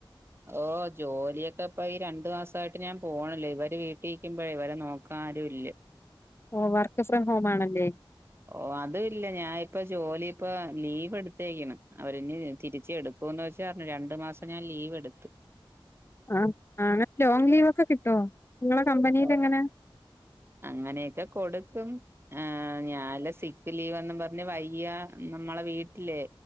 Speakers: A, on the right (about 25°); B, on the left (about 25°).
A: ഓ ജോലിയൊക്കെ ഇപ്പൊ ഈ രണ്ടു മാസായിട്ട് ഞാൻ പോണില്ല ഇവര് വീട്ടിക്കുമ്പോഴേ ഇവരെ നോക്കാരും ഇല്ല.
B: ഓ വർക്ക് ഫ്രം ഹോം ആണല്ലേ?
A: ഓ അത് ഇല്ല ഞാനിപ്പോ ജോലി ഇപ്പ ലീവ് എടുത്തേക്ക്ണ് അവര് ഇനി തിരിച്ചു എടു പോന്നു <unintelligible> രണ്ടു മാസം ഞാൻ ലീവ് എടുത്തു.
B: ആഹ ആങ്ങ ലോങ്ങ് ലീവ് ഒക്കെ കിട്ടോ? നിങ്ങളെ കമ്പനിയിൽ
A: ഓ
B: എങ്ങനെ
A: അങ്ങനെയൊക്കെ കൊടുക്കും. ആഹ ഞാല് സിക്ക് ലീവ്ന്നും പറഞ്ഞ് വയ്യ നമ്മളെ വീട്ടില്